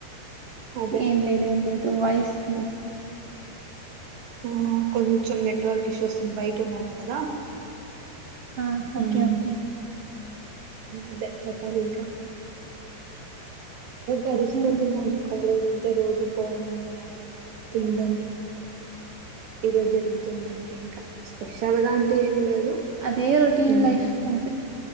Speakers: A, on the right; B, on the right.
A: అదే
B: ఏం లేదు ఏం లేదు వాయిస్ మీద
A: ఆ కొంచెం నెట్వర్క్ ఇష్యూ వస్తుంది బయట ఉన్నాను కదా
B: ఆ ఓకే
A: ఉమ్
B: ఓకే
A: అదే చెప్పాలి ఇంకా గడిసిపోతుందండి
B: హ్మ్
A: కాలేజ్ ఉంటే రోజు పోవడం రావడం తినడం ఏదో జరుగుతుంది అంతే ఇంకా స్పెషల్ గా అంటే ఏమి లేదు
B: అదే రొటీన్
A: ఉమ్
B: లైఫ్ అంతే